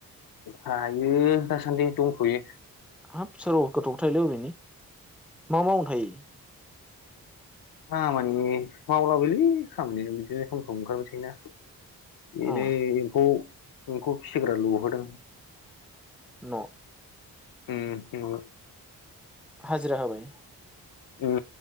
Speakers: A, on the left; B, in the centre.
A: हायो दासान्दि दंथयो
B: हाब सोर गथ'फोर थायोलै अबेनि मा मावनो थायो?
A: खामानि मावलाबोलै खामानियानो बिदिनो सम सम ओंखारबाय थायोना एनो
B: उम
A: एखौ एमफौ फिसिग्रा लुहोदों
B: न'
A: ओम
B: हाजिरा होबाय
A: ओम